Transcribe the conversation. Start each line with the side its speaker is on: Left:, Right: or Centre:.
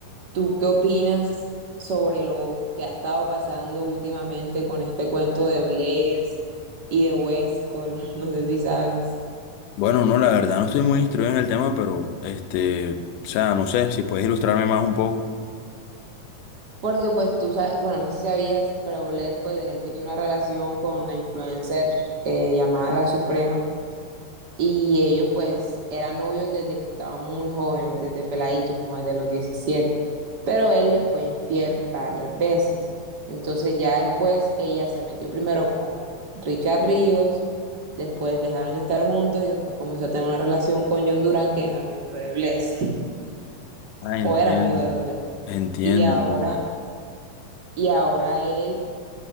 Right: ¿Tú qué opinas sobre lo que ha estado pasando últimamente con este cuento de Blaze y de Westcol? <laughs> No sé si sabes.
Left: Bueno, no, la verdad no estoy muy instruido en el tema, pero este, o sea, no sé si puedes ilustrarme más un poco.
Right: Porque pues tú sabes, bueno, no sé si sabías, pero Blaze pues él tenía una relación con la influencer eh, llamada La Suprema Y ellos pues eran novios desde que estaban muy jóvenes, desde peladitos, como desde los diecisiete Pero él le fue infiel varias veces. Entonces ya después ella se metió primero con Richard Ríos, después dejaron de estar juntos y después comenzó a tener una relación con John Durán, que es amigo de Bless,
Left: Ah,
Right: o
Left: entiendo,
Right: era amigo de Bless.
Left: entiendo,
Right: Y ahora,
Left: entiendo.
Right: y ahora él